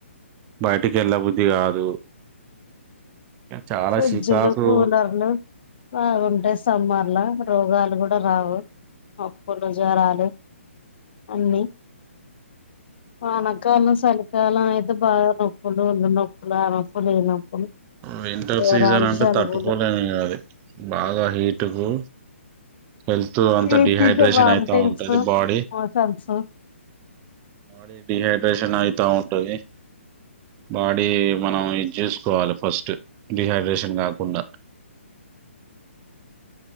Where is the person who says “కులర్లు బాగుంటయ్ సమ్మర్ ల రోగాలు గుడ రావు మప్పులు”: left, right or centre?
Left